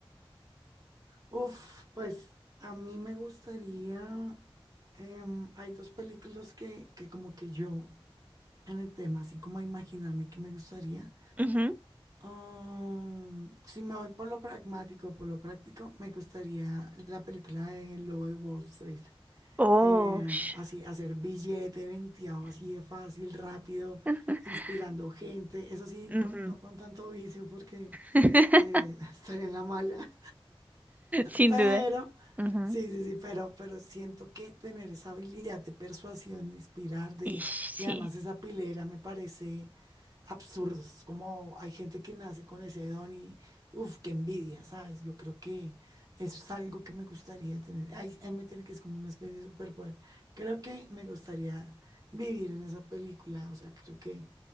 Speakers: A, on the right; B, on the right.
A: Uf, pues a mí me gustaría, em, hay dos películas que, que como que yo en el tema, así como imaginarme que me gustaría.
B: Ujú.
A: Um, si me voy por lo pragmático, por lo práctico, me gustaría la película de Lo de Wall Street.
B: Oh,
A: Eh,
B: sh-
A: así, hacer billete venteado así de fácil, rápido,
B: <laughs>
A: inspirando gente. Eso sí,
B: ujú.
A: con- no con tanto vicio porque
B: <laughs>
A: eh, <laughs> estaría en la mala.
B: Sin
A: Pero,
B: duda. Ujú.
A: sí, sí, sí, pero, pero siento que tener esa habilidad de persuasión, de inspirar, de,
B: Ish, sí.
A: y además esa pilera me parece absurdo. Es como hay gente que nace con ese don y, uff, qué envidia, ¿sabes? Yo creo que eso es algo que me gustaría tener. Ahí, ahí me tiene que es como una especie de superpoder. Creo que me gustaría vivir en esa película, o sea, creo que